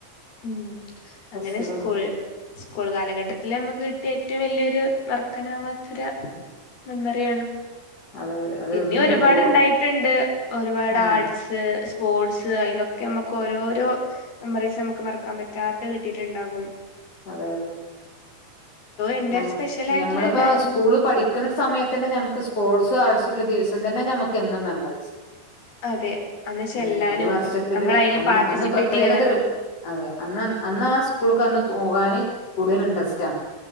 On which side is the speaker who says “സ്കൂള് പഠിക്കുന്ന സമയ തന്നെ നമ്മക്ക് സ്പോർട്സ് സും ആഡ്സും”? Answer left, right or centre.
Left